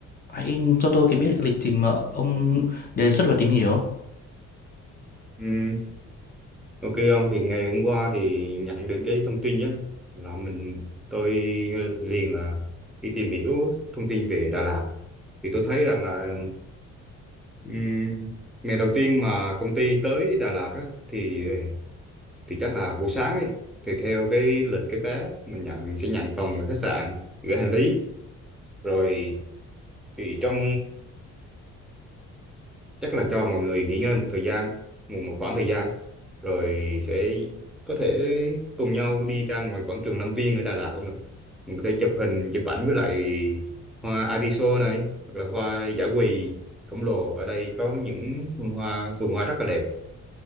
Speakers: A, on the left; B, in the centre.
A: hãy cho tôi cái biết cái lịch trình mà ông đề xuất và tìm hiểu.
B: Ừ, ok ông thì ngày hôm qua thì nhận được cái thông tin ấy là mình tôi liền là đi tìm hiểu thông tin về Đà Lạt thì tôi thấy rằng là ừm, ngày đầu tiên mà công ty tới Đà Lạt á, thì thì chắc là buổi sáng ấy thì theo cái lịch cái vé mình nhận sẽ nhận phòng ở khách sạn gửi hành lý rồi thì trong chắc là cho mọi người nghỉ ngơi một thời gian một một khoảng thời gian rồi sẽ có thể cùng nhau đi ra ngoài quảng trường Lâm Viên ở Đà Lạt không được mình có thể chụp hình chụp ảnh với lại hoa Adiso này hoặc là hoa dã quỳ khổng lồ ở đây có những vườn hoa vườn hoa rất là đẹp